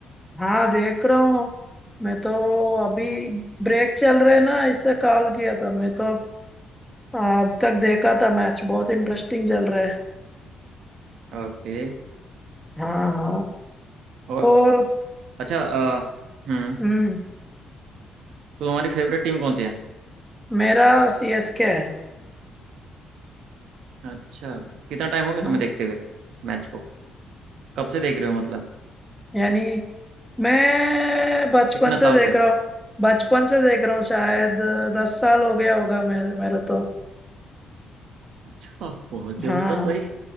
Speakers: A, in the centre; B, on the right.
A: हाँ देख रहा हूँ मैं तो अभी ब्रेक चल रहे ना इससे कॉल किया था मैं तो अब तक देखा था मैच बहुत इंटरेस्टिंग चल रहा है
B: ओके
A: हाँ हाँ
B: और
A: तो
B: अच्छा अ, हम्म
A: हम्म
B: तो तुम्हारी फेवरेट टीम कौन सी है
A: मेरा सीएसके है
B: अच्छा कितना टाइम हो गया
A: हाँ,
B: तुम्हें देखते हुए मैच को कब से देख रहे हो मतलब
A: यानी मैं बचपन
B: कितना
A: से
B: साल
A: देख
B: से
A: रहा हूँ बचपन से देख रहा हूँ शायद दस साल हो गया होगा मैं मेरा तो
B: अच्छा बहुत जबरदस्त
A: हाँ
B: भाई